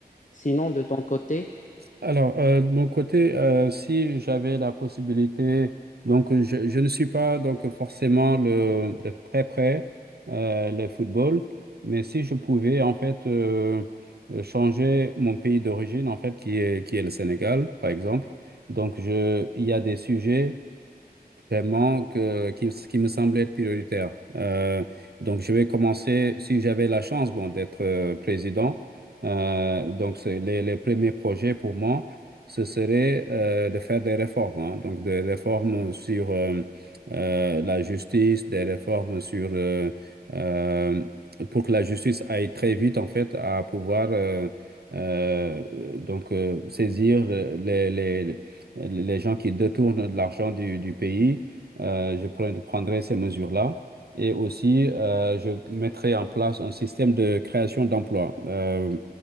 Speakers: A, on the left (about 50°); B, on the right (about 70°).
A: Sinon, de ton côté,
B: Alors, euh, de mon côté, euh, si j'avais la possibilité, donc euh, je, je ne suis pas donc forcément le, de très près euh, le football, mais si je pouvais en fait euh, euh, changer mon pays d'origine en fait qui est qui est le Sénégal par exemple, donc je il y a des sujets vraiment que, qui, qui me semble être prioritaire. Euh, donc, je vais commencer, si j'avais la chance, bon, d'être euh, président. euh, donc, c'est les, les premiers projets pour moi, ce serait euh, de faire des réformes. hein. donc, des réformes sur euh, euh, la justice, des réformes sur... euh, euh, pour que la justice aille très vite, en fait, à pouvoir... euh, euh, donc euh, saisir les, les, les gens qui détournent de l'argent du, du pays euh, je pre- prendrai ces mesures-là. Et aussi, euh, je mettrai en place un système de création d'emplois. Euh,